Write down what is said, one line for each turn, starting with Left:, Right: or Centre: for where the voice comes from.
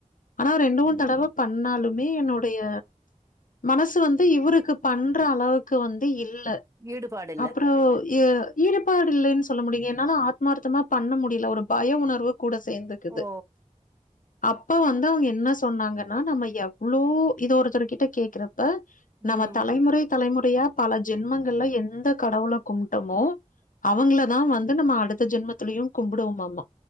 Left: ஆனா ரெண்டு மூணு தடவ பண்ணாலுமே என்னுடைய மனசு வந்து இவ்ருக்கு பண்ற அளவுக்கு வந்து இல்ல
Right: ஈடுபாடு இல்ல
Left: அப்புறோ எ ஈடுபாடு இல்லைன்னு சொல்ல முடியு என்னால ஆத்மார்த்தமா பண்ண முடியில ஒரு பய உணர்வு கூட சேந்துக்குது
Right: ஓ
Left: அப்ப வந்து அவுங்க என்ன சொன்னாங்கன்னா நம்ம எவ்வளோ இது ஒருத்தருக்கிட்ட கேக்குறப் ப
Right: ம்
Left: நம்ம தலைமுறை தலைமுறையா பல ஜென்மங்கள்ல எந்த கடவுள கும்டோமோ அவுங்களதா வந்து நம்ம அடுத்த ஜென்மத்துலயு கும்புடுவோமாமா